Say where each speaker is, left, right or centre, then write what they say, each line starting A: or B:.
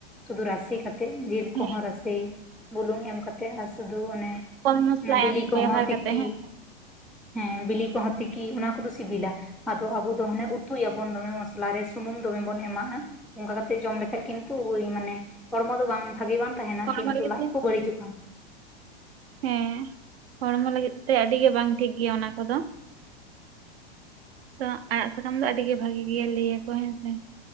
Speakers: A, in the centre; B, on the right (about 65°).
A: ᱥᱩᱫᱷᱩ ᱨᱟᱥᱮ ᱠᱟᱛᱮᱜ ᱡᱮᱞ ᱠᱚ
B: ᱦᱮᱸ
A: ᱦᱚᱸ ᱨᱟᱥᱮ ᱵᱩᱞᱩᱝ ᱮᱢ ᱠᱟᱛᱮᱫ ᱟᱨ ᱥᱩᱫᱩ ᱚᱱᱮ
B: ᱠᱚᱢ ᱢᱚᱥᱞᱟ
A: ᱵᱤᱞᱤ
B: ᱮᱢ
A: ᱠᱚ
B: ᱵᱮᱣᱦᱟᱨ
A: ᱦᱚᱸ ᱛᱤᱠᱤ
B: ᱠᱟᱛᱮ ᱦᱮᱸ
A: ᱦᱮᱸ ᱵᱤᱞᱤ ᱠᱚ ᱦᱚᱸ ᱛᱤᱠᱤ ᱚᱱᱟ ᱠᱚᱫᱚ ᱥᱤᱵᱤᱞᱟ ᱟᱫᱚ ᱟᱵᱚ ᱫᱚ ᱦᱟᱱᱮ ᱩᱛᱩᱭᱟᱵᱚᱱ ᱫᱚᱢᱮ ᱢᱚᱥᱞᱟ ᱨᱮ ᱥᱩᱱᱩᱢ ᱫᱚᱢᱮ ᱵᱚᱱ ᱮᱢᱟᱜᱼᱟ ᱚᱱᱠᱟ ᱠᱟᱛᱮᱜ ᱡᱚᱢ ᱞᱮᱠᱷᱟᱡ ᱠᱤᱱᱛᱩ ᱳᱭ ᱢᱟᱱᱮ ᱦᱚᱲᱢᱚ ᱫᱚ ᱵᱟᱝ ᱵᱷᱟᱜᱤ ᱵᱟᱝ ᱛᱟᱸᱦᱮᱱᱟ
B: ᱦᱚᱲᱢᱚ
A: ᱠᱤᱱᱛᱩ
B: ᱞᱟᱹᱜᱤᱫ
A: ᱞᱟᱡ
B: ᱛᱮ
A: ᱠᱚ ᱵᱟᱹᱲᱤᱡᱚᱜᱼᱟ
B: ᱦᱮᱸ ᱦᱚᱲᱢᱚ ᱞᱟᱹᱜᱤᱫ ᱛᱮ ᱟᱹᱰᱤ ᱜᱮ ᱵᱟᱝ ᱴᱷᱤᱠ ᱜᱮᱭᱟ ᱚᱱᱟ ᱠᱚᱫᱚ ᱛᱚ ᱟᱲᱟᱜ ᱥᱟᱠᱟᱢ ᱫᱚ ᱟᱹᱰᱤ ᱜᱮ ᱵᱷᱟᱜᱮ ᱜᱮᱭᱟ ᱞᱟᱹᱭᱟ ᱠᱚ ᱦᱮᱸᱥᱮ